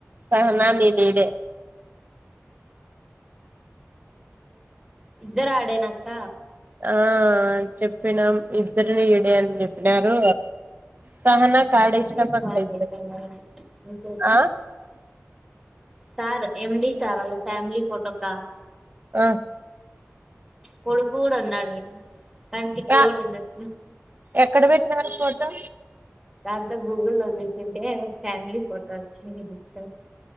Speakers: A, on the right; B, in the centre.
A: సహనా ననిడ <unintelligible>
B: ఇద్దరు ఆడేనక్క
A: ఆ చెప్పినాం ఇద్దరుని ఈడే అని చెప్పినారు సహనా కార్డ ఇష్ట
B: వయసు
A: బంతాే
B: బాగుంది తెల్లగా ఇంకోటి
A: ఆ <unintelligible>
B: సార్ ఎమ్ డి సార్ వాళ్ల ఫ్యామిలీ ఫోటోకా
A: ఆ
B: కొడుకుకూడా ఉన్నాడే కానీ తిక్కలోడు
A: ఆ
B: ఉన్నట్టు
A: ఎక్కడ పెట్టినారు ఫోటో
B: అంతా గూగుల్లో లో చూసింటే ఫ్యామిలీ ఫోటో వచ్చింది మీకా